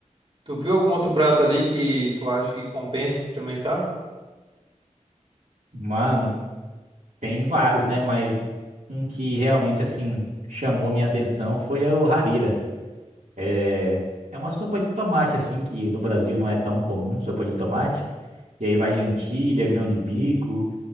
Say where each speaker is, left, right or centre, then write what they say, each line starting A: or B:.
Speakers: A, on the right (about 45°); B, on the right (about 75°).
A: Tu viu algum outro prato ali que tu acha que compensa experimentar?
B: Mano, tem vários, né? Mas um que realmente, assim, chamou minha atenção foi o harira. É é uma sopa de tomate, assim, que no Brasil não é tão comum, sopa de tomate. E aí vai lentilha, grão de bico.